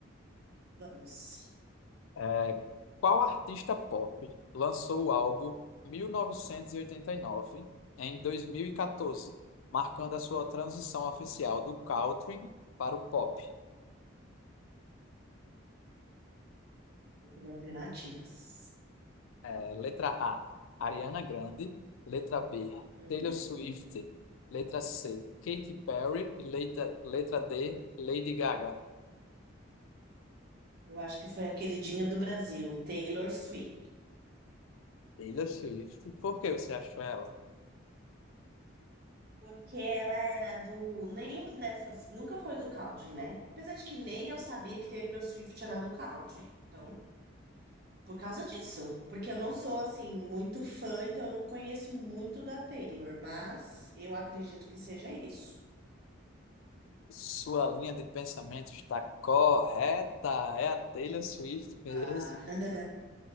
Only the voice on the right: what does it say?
Vamos.
Eu queria alternativas.
Hum,
eu acho que foi a queridinha do Brasil, Taylor Swift.
Porque ela era do. Nenhuma dessas. Nunca foi do country, né? Apesar de que nem eu sabia que Taylor Swift era do country. Então, Por causa disso, porque eu não sou assim muito fã, então eu não conheço muito da Taylor, mas eu acredito que seja isso.
Ah, <laughs>